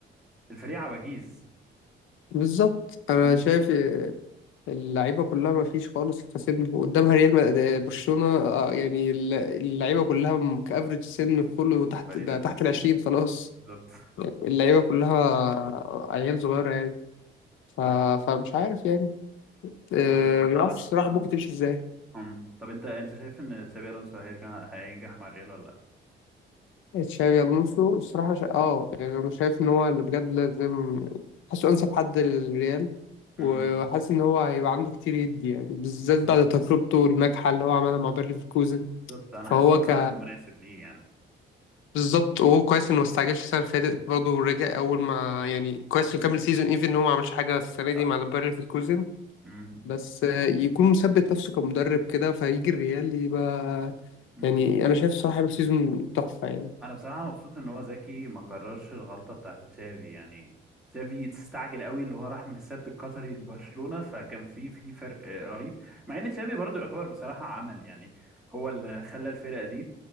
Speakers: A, in the centre; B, on the left.
A: الفريق عواجيز
B: بالظبط انا
A: أمم،
B: شايف اللعيبه كلها ما فيش خالص كسن قدامها ريال مد- برشلونه آه، يعني الل- اللعيبه كلها م- كافريج سن
A: بالظبط
B: كله تحت
A: صغيرين
B: ده
A: أوي.
B: تحت العشرين خلاص
A: بالظبط
B: اللعيبه كلها عيال صغيره يعني ف...
A: صح
B: فمش عارف يعني آه،
A: طب انت
B: ما اعرفش الصراحه ممكن تمشي ازاي
A: أم. طب انت انت شايف ان تشابي الونسو هيرجع هينجح مع الريال ولا لا؟
B: تشافي الونسو الصراحه شا... اه يعني انا شايف ان هو اللي بجد لازم حاسه انسب حد للريال
A: امم
B: وحاسس ان هو هيبقى عنده كتير يدي يعني بالذات
A: بالظبط
B: بعد تجربته الناجحه اللي هو عملها مع بيرليفكوزن
A: بالظبط انا
B: فهو
A: حاسس ان هو
B: ك
A: الوقت المناسب ليه يعني
B: بالظبط وهو كويس انه ما استعجلش السنه اللي فاتت برضه ورجع اول ما
A: صح
B: يعني كويس انه كمل سيزون ايفن ان هو ما عملش حاجه السنه دي
A: صح
B: مع البايرن في الكوزن
A: امم
B: بس آه، يكون مثبت نفسه كمدرب كده فيجي الريال يبقى
A: امم
B: يعني انا شايف الصراحه هيبقى سيزون تحفه يعني
A: انا بصراحه مبسوط ان هو ذكي ما كررش الغلطه بتاعت تشافي يعني تشافي تستعجل قوي اللي هو راح من السد القطري لبرشلونه فكان في في فرق آه، رهيب مع ان تشافي برضو يعتبر بصراحه عمل يعني هو اللي خلى الفرقه دي